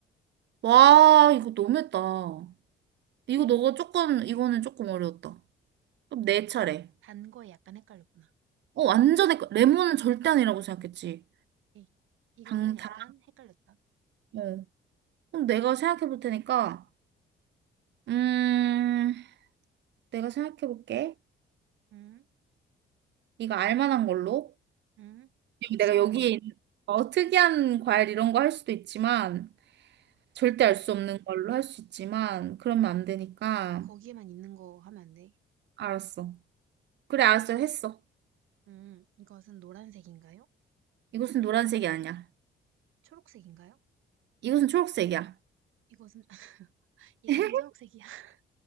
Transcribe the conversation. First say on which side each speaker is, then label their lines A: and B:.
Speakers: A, on the right; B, on the right.
A: 와, 이거 너무했다. 이거 너가 조금, 이거는 조금 어려웠다. 그럼 내 차례.
B: 단 거에 약간 헷갈렸구나.
A: 어, 완전히, 거- 레몬은 절대 아니라고 생각했지.
B: 오케이. 이거는
A: 당,
B: 약간
A: 당,
B: 헷갈렸다.
A: 어. 그럼 내가 생각해 볼 테니까, 음, 내가 생각해 볼게.
B: 음,
A: 네가 알 만한 걸로.
B: 음. 복수하면
A: 내가 여기에
B: 안 돼.
A: 있는 어, 특이한 과일 이런 거 할 수도 있지만 절대 알
B: 거,
A: 수 없는 걸로 할 수 있지만 그러면 안 되니까
B: 거기에만 있는 거 하면 안 돼.
A: 알았어. 그래 알았어 했어.
B: 음, 이것은 노란색인가요?
A: 이것은 노란색이 아니야.
B: 초록색인가요?
A: 이것은 초록색이야.
B: 이것은 <laughs> 이것은
A: <laughs>
B: 초록색이야. <laughs>